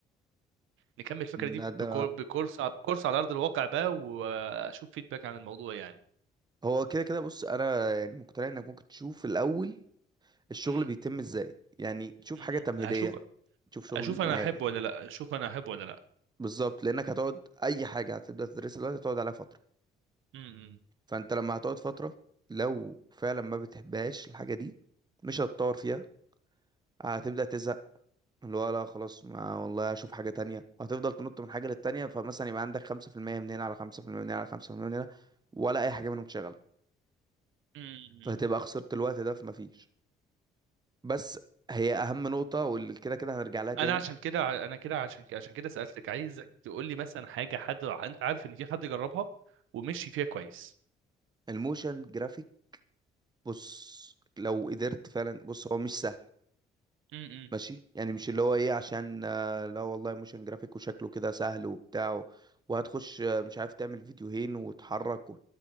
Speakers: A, on the right; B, on the right.
A: نكمل الفكره دي
B: ده, ده
A: بكور بكورس بكورس على ارض الواقع بقى واشوف فيدباك عن الموضوع يعني
B: هو كده كده بص انا يعني مقتنع انك ممكن تشوف الاول الشغل
A: امم
B: بيتم ازاي يعني تشوف
A: أمم.
B: حاجة تمهيدية
A: هشوف
B: تشوف شغل
A: اشوف انا
B: نهائي
A: احبه ولا لا اشوف انا احبه ولا لا
B: بالظبط لانك هتقعد اي حاجة هتبدأ تدرسها دلوقتي هتقعد عليها فترة
A: امم
B: فانت لما هتقعد فترة لو فعلا ما بتحبهاش الحاجة دي مش هتطور فيها هتبدأ تزهق اللي هو لا خلاص ما والله اشوف حاجة تانية هتفضل تنط من حاجة للتانية فمثلا يبقى عندك خمسة في المية من هنا على خمسة في المية من هنا على خمسة في المية من هنا ولا أي حاجة منهم شغالة
A: أمم.
B: فهتبقى خسرت الوقت ده فما فيش بس هي أهم نقطة واللي كده كده هنرجع لها تاني
A: انا عشان كده ع- انا كده عشان كده عشان كده سالتك عايزك تقول لي مثلا حاجه حد انت عارف ان في حد جربها ومشي فيها كويس
B: الموشن جرافيك بص لو قدرت فعلا بص هو مش سهل
A: امم
B: ماشي يعني مش اللي هو ايه عشان آه، لا والله موشن جرافيك وشكله كده سهل وبتاع وهتخش آه، مش عارف تعمل فيديوهين وتحرك